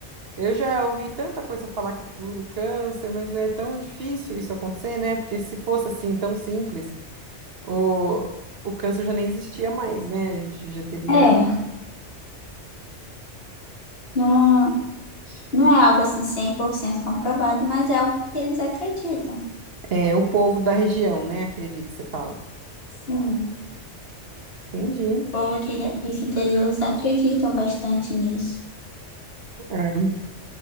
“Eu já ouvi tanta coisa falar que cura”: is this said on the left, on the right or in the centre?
Right